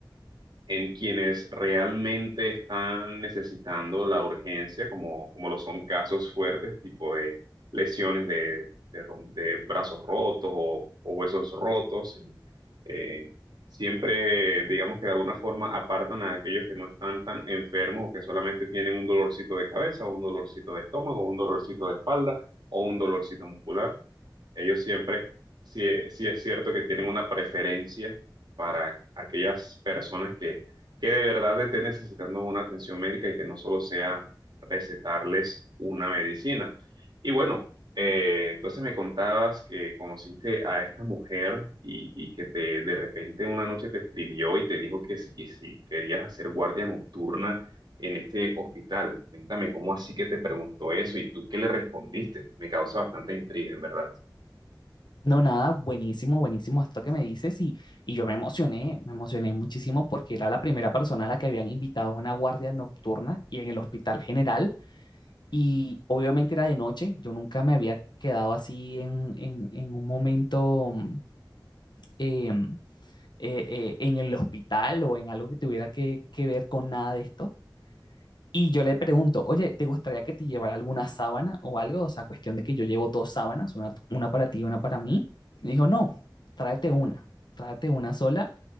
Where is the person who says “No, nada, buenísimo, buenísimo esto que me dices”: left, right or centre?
Left